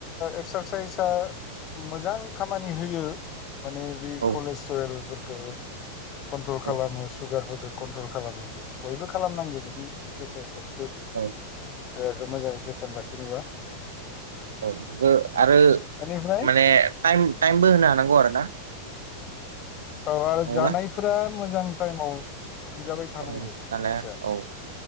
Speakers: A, on the left (about 35°); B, on the right (about 65°).
A: एक्सारसाइजआ मोजां खामानि होयो माने बे
B: औ
A: कलेस्ट्रेलफोरखौ कन्ट्रल
B: औ
A: खालामो सुगारफोरखौ कन्ट्रल खालामा बयबो खालामनांगौ बिदि एक्सारसाइस एक्सुेलि
B: औ
A: देहाखौ मोजाङै जोथोन लाखिनोबा
B: औ बेखौ आरो
A: बेनिफ्राय
B: मानेम टाइमबो होनो हानांगौ आरो ना
A: औ आरो
B: नंगौना?
A: जानायफोरा मोजां टाइमाव मोनजाबाय थानांगो
B: औ दाना
A: मानसिया
B: औ